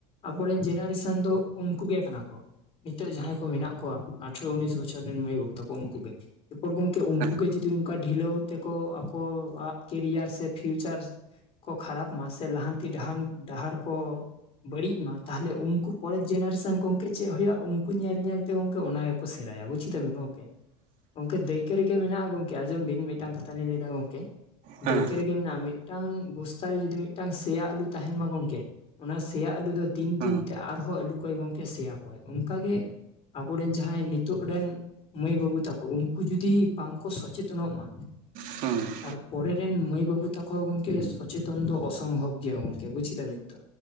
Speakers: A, on the left (about 40°); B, on the right (about 60°).
A: ᱟᱵᱚ ᱨᱮᱱ ᱡᱮᱱᱟᱨᱮᱥᱚᱱ ᱫᱚ ᱩᱱᱠᱩ ᱜᱮ ᱠᱟᱱᱟ ᱠᱚ᱾ ᱱᱤᱛᱚᱜ ᱡᱟᱦᱟᱸᱭ ᱠᱚ ᱢᱮᱱᱟᱜ ᱠᱚᱣᱟ ᱟᱴᱷᱨᱚ ᱩᱱᱤᱥ ᱵᱚᱪᱷᱚᱨ ᱨᱮᱱ ᱢᱟᱹᱭ ᱵᱟᱹᱵᱩ ᱛᱟᱠᱚ ᱩᱱᱠᱩ ᱜᱮ᱾ ᱮᱯᱚᱨ ᱜᱚᱢᱠᱮ ᱩᱝᱠᱩ
B: ᱦᱮᱸ
A: ᱜᱮ ᱡᱩᱫᱤ ᱚᱱᱠᱟ ᱰᱷᱤᱞᱟᱹᱣ ᱛᱮᱠᱚ ᱟᱠᱚᱣᱟᱜ ᱠᱮᱨᱤᱭᱟᱨ ᱥᱮ ᱯᱷᱤᱭᱩᱪᱟᱨ ᱠᱚ ᱠᱷᱟᱨᱟᱯ ᱢᱟ ᱥᱮ ᱞᱟᱦᱟᱱᱛᱤ ᱰᱟᱦᱟᱱ ᱰᱟᱦᱟᱨ ᱠᱚ ᱵᱟᱹᱲᱤᱡ ᱱᱟ ᱛᱟᱦᱚᱞᱮ ᱩᱱᱠᱩ ᱯᱚᱨᱮᱨ ᱡᱮᱱᱟᱨᱮᱥᱚᱱ ᱜᱚᱝᱠᱮ ᱪᱮᱜ ᱦᱩᱭᱩᱜ-ᱟ ᱩᱱᱠᱩ ᱧᱮᱞ ᱧᱮᱞ ᱛᱮ ᱜᱚᱢᱠᱮ ᱚᱱᱟ ᱜᱮᱠᱚ ᱥᱮᱬᱟᱭᱟ ᱵᱩᱪ ᱠᱮᱫᱟ ᱵᱤᱱ ᱜᱚᱢᱠᱮ᱾ ᱜᱚᱢᱠᱮ ᱫᱟᱹᱭᱠᱟᱹ ᱨᱮᱜᱮ ᱢᱮᱱᱟᱜ-ᱟ ᱜᱚᱢᱠᱮ ᱟᱸᱡᱚᱢ ᱵᱤᱱ ᱢᱤᱫᱴᱟᱝ ᱠᱟᱛᱷᱟ ᱞᱤᱧ ᱞᱟᱹᱭ ᱫᱟ ᱜᱚᱢᱠᱮ
B: ᱦᱮᱸ
A: ᱫᱟᱹᱭᱠᱟᱹ ᱨᱮᱜᱮ ᱢᱮᱱᱟᱜ-ᱟ ᱢᱤᱫᱴᱟᱝ ᱵᱚᱥᱛᱟ ᱨᱮ ᱡᱩᱫᱤ ᱢᱤᱫᱴᱟᱝ ᱥᱮᱭᱟ ᱟᱸᱞᱩ ᱛᱟᱦᱮᱱ ᱢᱟ ᱜᱚᱝᱴᱢᱠᱮ ᱚᱱᱟ ᱥᱮᱭᱟ ᱟᱹᱞᱩ ᱫᱚ ᱫᱤᱱ
B: ᱦᱮᱸ
A: ᱫᱤᱱ ᱛᱮ ᱟᱨᱦᱚᱸ ᱟᱹᱞᱩ ᱠᱚᱭ ᱜᱚᱢᱠᱮ ᱥᱮᱭᱟ ᱠᱚᱣᱟᱭ ᱚᱱᱠᱟ ᱜᱮ ᱟᱵᱚ ᱨᱮᱱ ᱡᱟᱦᱟᱸᱭ ᱱᱤᱛᱚᱜ ᱨᱮᱱ ᱢᱟᱹᱭ ᱵᱟᱹᱵᱩ ᱛᱟᱠᱚ ᱩᱱᱠᱩ ᱡᱩᱫᱤ ᱵᱟᱝ ᱠᱚ ᱥᱚᱪᱮᱛᱚᱱᱚᱜ ᱢᱟ᱾
B: ᱦᱮᱸ
A: ᱛᱟᱨ ᱯᱚᱨᱮ ᱨᱮᱱ ᱢᱟᱹᱭ ᱵᱟᱹᱵᱩ ᱛᱟᱠᱚ ᱜᱚᱢᱠᱮ ᱥᱚᱪᱮᱛᱚᱱ ᱫᱚ ᱚᱥᱚᱢᱵᱷᱚᱵᱽ ᱜᱮᱭᱟ ᱜᱚᱝᱠᱮ ᱵᱩᱪ ᱠᱮᱫᱟ ᱵᱤᱱ᱾ ᱴᱟ